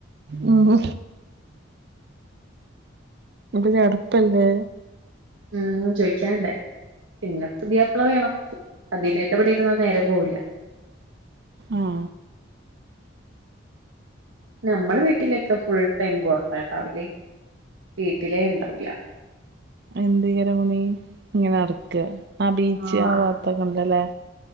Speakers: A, on the right; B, on the right.
A: ഉംഹ് അപ്പോ ചടപ്പല്ലേ
B: ഉം ചോയ്ക്കാണ്ടേ.. പിന്നെ പുതിയാപ്പ്ള വേണം അതിനു ഇവിടെയിരുന്ന നേരം പോവില്ല.
A: ആഹ്.
B: നമ്മളെ വീട്ടിലൊക്കെ ഫുൾ ടൈം പുറത്തായിട്ടാവില്ലേ വീട്ടിലേ ഉണ്ടാവില്ല...
A: എന്തായിക്കാരം പണി <inaudible> ഇങ്ങനെ നടക്കെ ആ ബീച്ച്
B: ആഹ്
A: ആ ഭാത്തൊക്കെ ഉണ്ടല്ലേ